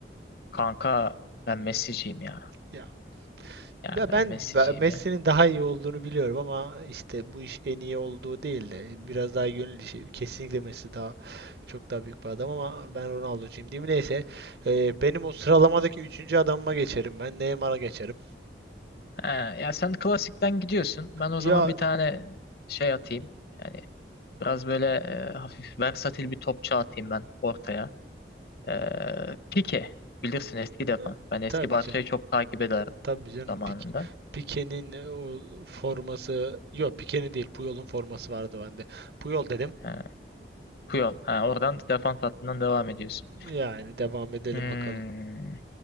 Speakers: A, on the left (about 60°); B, on the right (about 65°).
A: Kanka ben Messi'ciyim ya.
B: Ya
A: Yani
B: Ve
A: ben
B: ben
A: Messi'ciyim
B: be- Messi'nin
A: ya.
B: daha iyi olduğunu biliyorum ama işte bu iş en iyi olduğu değil de biraz daha gönül işi. Kesinlikle Messi daha çok daha büyük bir adam ama ben Ronaldo'cuyum diyeyim. Neyse e, benim o sıralamadaki üçüncü adamıma geçerim ben. Neymar'a geçerim.
A: Ha, ya sen klasikten gidiyorsun. Ben o
B: Ya
A: zaman bir tane şey atayım. Yani biraz böyle e, hafif versatil bir topçu atayım ben ortaya. E, Pique. Bilirsin eski defans.
B: e,
A: Ben eski
B: tabii
A: Barça'yı
B: canım.
A: çok takip ederdim
B: Tabii canım.
A: zamanında.
B: Pik, Pique'nin e, o forması yok Pique'nin değil Puyol'un forması vardı bende. Puyol dedim.
A: Ha, Puyol. Ha, oradan defans hattından devam ediyorsun.
B: Yani devam edelim
A: Hmm.
B: bakalım.